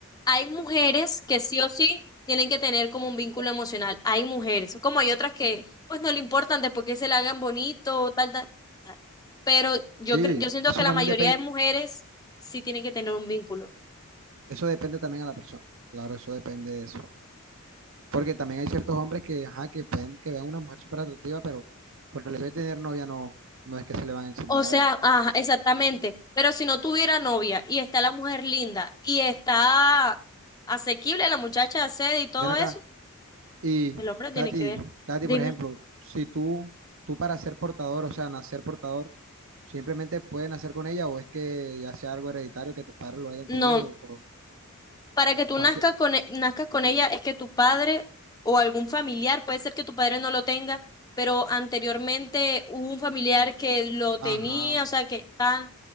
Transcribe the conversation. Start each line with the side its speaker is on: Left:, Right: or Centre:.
Left: hay mujeres que sí o sí tienen que tener como un vínculo emocional. Hay mujeres, como hay otras que pues no le importan después que se la hagan bonito, tal, tal, tal. Pero yo,
Right: sí,
Left: cre- yo siento
Right: eso
Left: que la
Right: también
Left: mayoría
Right: depende,
Left: de mujeres sí tienen que tener un vínculo.
Right: eso depende también a la persona. Claro, eso depende de eso. Porque también hay ciertos hombres que, ajá, que pueden que vean una mujer súper atractiva, pero por el hecho de tener novia no, no es que se le van a encimar
Left: O
Right: a
Left: sea,
Right: alguien.
Left: ajá, exactamente. Pero si no tuviera novia y está la mujer linda y está asequible, la muchacha accede y todo
Right: Ven acá,
Left: eso,
Right: y
Left: el hombre
Right: Katy,
Left: tiene que ver.
Right: Katy,
Left: Dime.
Right: por ejemplo, si tú, tú para ser portador, o sea, nacer portador, simplemente puedes nacer con ella, o es que ya sea algo hereditario que tus padres lo hayan
Left: No,
Right: tenido, o
Left: para que tú
Right: cualquier,
Left: nazcas con, e- nazcas con ella es que tu padre o algún familiar, puede ser que tu padre no lo tenga, pero anteriormente hubo un familiar que lo
Right: ajá.
Left: tenía, o sea, que tan